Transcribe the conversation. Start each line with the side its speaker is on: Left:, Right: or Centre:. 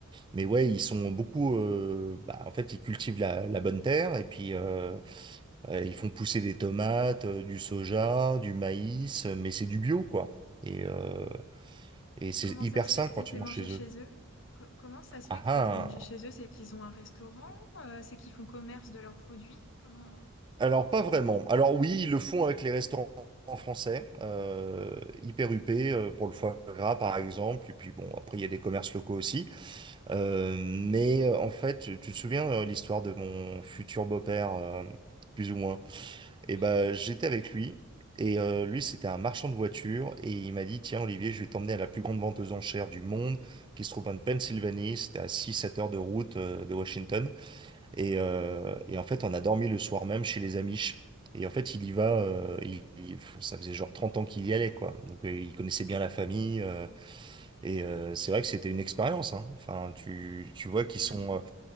Right: mais ouais, ils sont beaucoup. euh, bah, en fait, ils cultivent la, la bonne terre et puis euh, euh, ils font pousser des tomates, euh, du soja, du maïs, euh, mais c'est du bio, quoi. Et, euh, et
Left: Et
Right: c'est
Left: comment
Right: hyper
Left: ça se
Right: sain
Left: fait que
Right: quand
Left: tu étais
Right: tu manges
Left: mangé
Right: chez
Left: chez
Right: eux.
Left: eux? Co- comment ça se fait
Right: Ah
Left: que
Right: ah.
Left: tu étais mangé chez eux? C'est qu'ils ont un restaurant? euh, c'est qu'ils font commerce de leurs produits? Comment.
Right: Alors,
Left: Enfin.
Right: pas vraiment.
Left: dis-
Right: Alors oui, ils le font avec les restaurants français, euh, hyper huppés, euh, pour le foie gras par exemple, et puis bon, après il y a des commerces locaux aussi. Euh, mais euh, en fait, tu, tu te souviens euh, l'histoire de mon futur beau-père, euh, plus ou moins? Et
Left: Oui.
Right: ben, j'étais avec lui, et euh, lui c'était un marchand de voitures, et il m'a dit, tiens Olivier, je vais t'emmener à la plus grande vente aux enchères du monde, qui se trouve en Pennsylvanie, c'était à six sept heures de route euh, de Washington. Et,
Left: D'accord.
Right: euh, et en fait, on a dormi le soir même chez les Amish. Et en fait, il y va, euh, il, il- ça faisait genre 30 ans qu'il y allait, quoi. Donc, euh, il connaissait bien la famille. euh,
Left: D'accord.
Right: et euh, c'est vrai que c'était une expérience, hein. Enfin, tu, tu vois qu'ils
Left: J'imagine.
Right: sont... euh,